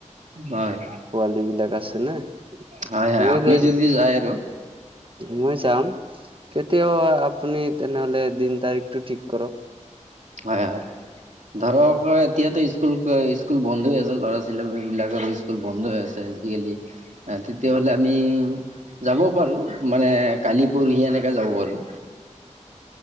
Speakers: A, on the right; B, on the right.
A: হয়
B: পোৱালী বিলাক আছে না?
A: হয়
B: তুমি
A: হয় আপুনি
B: লৈ
A: যদি যায় আৰু
B: মই যাম তেতিয়াও আপুনি তেনেহলে দিন তাৰিখটো ঠিক কৰক।
A: হয়-হয়। ধৰক এতিয়াতো স্কোঁ স্কুল-স্কুল বন্ধ হৈ আছে, ল'ৰা ছোৱালী বিলাকৰো স্কুল বন্ধ হৈ আছে আজিকালি তেতিয়াহ'লে আমি যাব পাৰোঁ মানে কালি পৰহি এনেকে যাব পাৰোঁ।